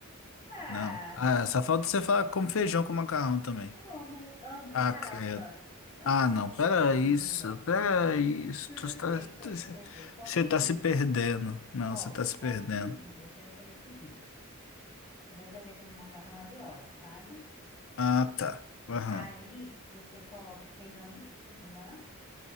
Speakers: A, on the left; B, on the left.
A: Ah,
B: Não. Ah, só falta você falar que feijão com macarrão também.
A: como amo
B: Ah,
A: e farofa.
B: credo.
A: Ah,
B: Ah, não, pera
A: fica
B: isso,
A: muito bom.
B: pera isso.
A: Mistura
B: Tu
A: os
B: tá-
A: três pra
B: tu-
A: você ver. Confia
B: Você tá
A: em
B: se
A: mim.
B: perdendo. Não,
A: Ó,
B: você tá se
A: confia
B: perdendo.
A: em mim. Você vai fazer o seguinte: você vai fazer aquele macarrão ali óleo, sabe?
B: Ah, tá. Aham.
A: Aí você coloca o feijão em cima